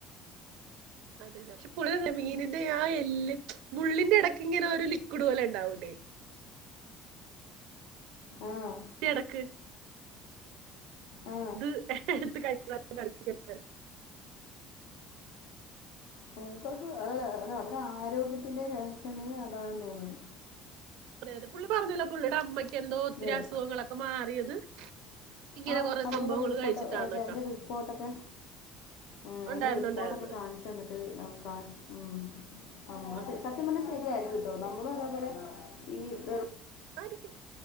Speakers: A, on the right; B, on the left.
A: അതെ അതെ പക്ഷെ പുുള്ളി മീനിന്റെ ആ എല്ല് മുള്ളിന്റെറെ ഇടക്ക ഇങ്ങനെ ഒരു ലിക്വിഡ് പോലെ ഉണ്ടാവതേ
B: ആം
A: കിടക്ക്
B: ആ
A: അത് എടുത്ത് കഴിക്ക കഴിക്കിക്കട്ട
B: മൂപ്പർക്ക് അതല്ല അല്ല അവടെ ആരോഗ്യത്തിന്റെ രഹസ്യമേ അതാണെന്ന് തോന്നുന്നു
A: അതെ അതെ പുള്ളി പറഞ്ഞില്ല പുള്ളിയുടെ അമ്മയ്ക്ക് എന്തോ ഒത്തിരി
B: അല്ലേ
A: അസുഖങ്ങളൊക്കെ മാറിയത് ഇങ്ങനെ
B: ആ
A: കുറെ
B: അത്ങ്ങനെ
A: സംഭവങ്ങൾ
B: റിപ്പോർട്ട്
A: കഴിച്ചിട്ടാന്നൊക്കെ
B: അതിന്റെ റിപ്പോർട്ട് ഒക്കെ ആ അതിന്റെ
A: ഉണ്ടായിരുന്നു
B: റിപ്പോർട്ടൊക്കെ
A: ഉണ്ടായിരുന്നു
B: കാണിച്ചു വന്നിട്ട് കാ ഉ ആമ്മ
A: അതെ അതെ
B: സത്യം പറഞ്ഞ ശെരിയായിരിക്കും കേട്ടോ നമ്മളും അതേപോലെ ഈറ
A: ആരിക്കും